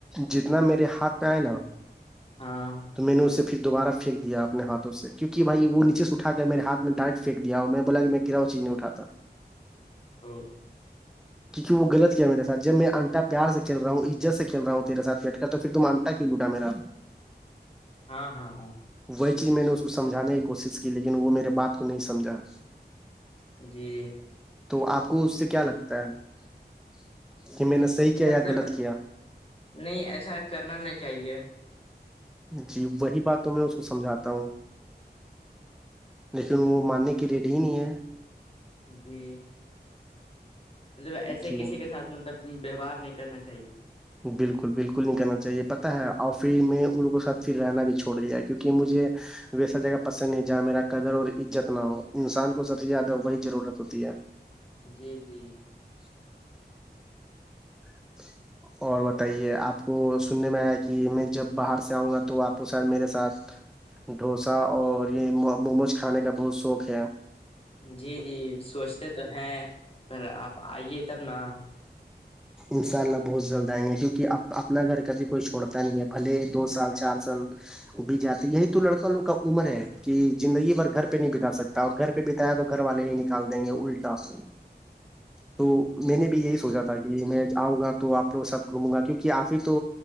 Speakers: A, in the centre; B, on the left.
A: جتنا میرے ہاتھ میں آئے نا
B: ہاں
A: تو میں نے اس پھر دوبارہ پھین دیا اپنے ہاتھوں سے کیونک بھائی وہ نیچ سےٹھا کریرےاتھ میں ڈائریکٹ پن دیا اور میں بولا کہ میں گراؤ چی نہیںٹھاتا
B: ا
A: کیونک وہ غط کیا ہے میرےاتھ جب میں انٹ پار سے چل رہا ہوں عزت سے کھی رہا ہوںیرےاتھ بیٹ کر تو پھر تم انٹ کلوٹا میرا
B: ہاں ہاں ہاں
A: وہی چیز میں نے اس کو سمجھانے کی کوشش کی لیکن وہ میرے بات کو نہیں سمھا
B: جی
A: تو آپ کو اس سے کیا لگتا ہے کہ میں نے صحیح
B: مطلب
A: کیا یا غلط کیا
B: نہیں ایسا کرنا نہیں چاہیے
A: جی وہی بات تو میں اس کو سمجھاتا ہوں لیکن وہ ماننے کی ریڈی ہی نہیں ہے
B: جی مطلب ایسے
A: جی
B: کسی کے ساتھ مطلب ویوہار نہیں کرنا چاہیے
A: بالکل بالکل نہیں کرنا چاہیے پتہ ہے اور پھر میں ان لوگوں سھ پھر رہنا بھی چھوڑ دیا کیونکہ مجھے ویسا جگہ پسند نہیں جہاں میرا قدر اور عزت نہ ہو انسان ستی یاد ہو وہی ضرورت ہوتی ہے
B: جی جی
A: <unintelligible> <unintelligible> اور بتائیے آپ کو سننے میں آیا کہ میں جب باہر سے آؤں گا تو آپ کو شاید میرے ساتھ ڈھوسا اور یہ موموز کھانے کا بہت شوق ہے
B: جی جی سوچتے تو ہیں پر آپ آئیے تب نا
A: انشاء اللہ بہت جلد آئیں گے کیونکہ کہ اپنا گھر کبھی کوئی چھوڑتا نہیں ہے بھلے دو سال چار سال بھی جاتی یہی تو لڑکا لوگ کا عمر ہے کہ زندگی بھر گھر پہ نہیں بگا سکتے گھر پہ بتایا تو گھر والے ہی نکال دیں گے الٹا سے تو میں نے بھی یہی سوچا تھا میں آؤں گا تو آپ لوگ ساتھ گھوموں گا کیونکہ آپ ہی تو